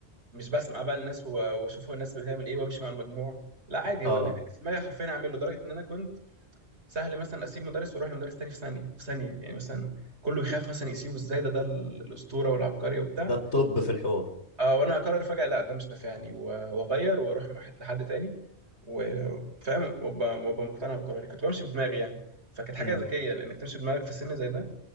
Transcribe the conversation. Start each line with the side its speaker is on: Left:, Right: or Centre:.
Right: مش بسمع بقى الناس و- واشوف هو الناس بتعمل ايه وامشي مع المجموع لا عادي
Left: اه
Right: هو اللي في دماغي حرفيا هعمله لدرجه ان انا كنت سهل مثلا اسيب مدرس واروح لمدرس تاني في ثانيه في ثانيه يعني مثلا كله يخاف مثلا يسيبه ازاي ده ده ال- الاسطوره والعبقري وبتاع
Left: ده الطب في الحوار
Right: اه وانا اقرر فجاه لا ده مش نافعني و- واغير واروح مع حد- لحد تاني وفاهم وابقى وأبقى مقتنع بقراري كنت بمشي بدماغي يعني فكانت حاجه
Left: امم
Right: ذكيه لانك تمشي بدماغك في سن زي ده